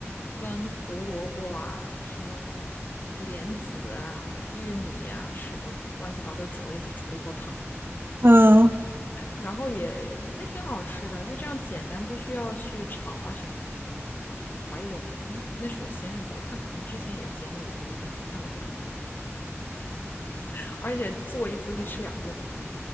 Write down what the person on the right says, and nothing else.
嗯，呃嗯，